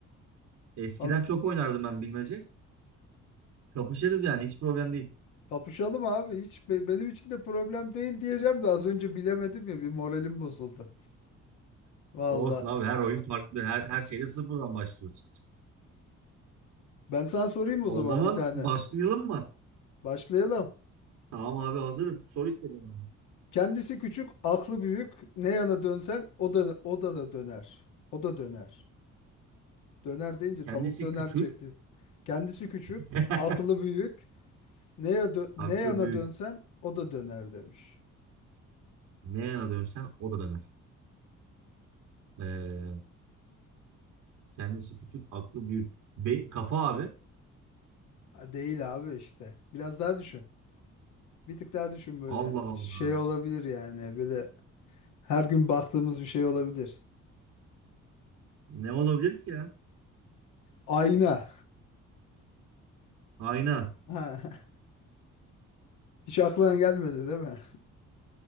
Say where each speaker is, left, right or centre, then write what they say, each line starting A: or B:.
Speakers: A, on the right; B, on the left.
A: Eskiden
B: Al,
A: çok oynardım ben bilmece. Kapışırız yani hiç problem değil.
B: kapışalım abi hiç be- benim için de problem değil diyeceğim de az önce bilemedim ya bir moralim bozuldu. Vallahi
A: Olsun abi her oyun farklı. Her, her şeyde sıfırdan başlıyoruz.
B: ben sana sorayım o
A: O
B: zaman
A: zaman
B: bir tane.
A: başlayalım mı?
B: Başlayalım.
A: Tamam abi hazırım. Soru istedim. abi.
B: Kendisi küçük, aklı büyük. Ne yana dönsen o da o da da döner. O da döner. Döner deyince
A: Kendisi
B: tavuk döner
A: küçük.
B: çekti. Kendisi küçük,
A: <laughs>
B: aklı büyük. Ne ya dö- ne
A: Aklı
B: yana
A: büyük.
B: dönsen o da döner demiş.
A: Ne yana dönsen o da döner. Ee, kendisi küçük, aklı büyük. Be- kafa abi.
B: Ha, Değil abi işte. Biraz daha düşün. Bir tık daha düşün böyle.
A: Allah
B: Şey
A: Allah.
B: olabilir yani böyle her gün baktığımız bir şey olabilir.
A: Ne olabilir ki ya?
B: Ayna.
A: Ayna.
B: Ha, <laughs> Hiç aklına gelmedi değil mi?